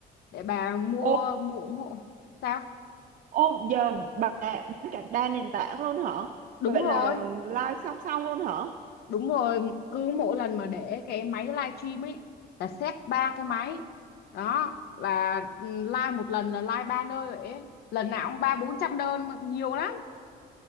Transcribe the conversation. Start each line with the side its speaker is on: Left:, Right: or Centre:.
Left: để bà mua
Right: Ô,
Left: mua ủng hộ sao
Right: ô, giờ bà bán cả đa nền tảng luôn hả?
Left: đúng
Right: Vậy
Left: rồi
Right: là live song song luôn hả?
Left: đúng rồi cứ mỗi lần mà để cái máy livestream ấy là set ba cái máy đó là ừ, live một lần là live ba nơi vậy ấy. lần nào cũng ba bốn trăm đơn mà nhiều lắm